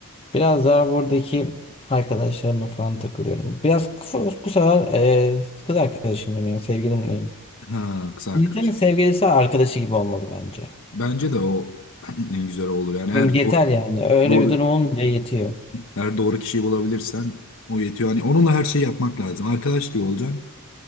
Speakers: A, on the left; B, on the left.
A: biraz daha buradaki arkadaşlarımla falan takılıyorum. Biraz kısa- bu sefer e, kız arkadaşımla yani sevgilimleyim.
B: Ha, kız arkadaş.
A: İnsanın sevgilisi arkadaşı gibi olmalı bence.
B: Bence de o <clears throat> en güzel olur. Yani eğer
A: Yani yeter
B: doğru,
A: yani. Öyle
B: doğru,
A: bir durum olunca yetiyor.
B: Eğer doğru kişiyi bulabilirsen o yetiyor. Hani onunla her şeyi yapmak lazım. Arkadaş gibi olacaksın.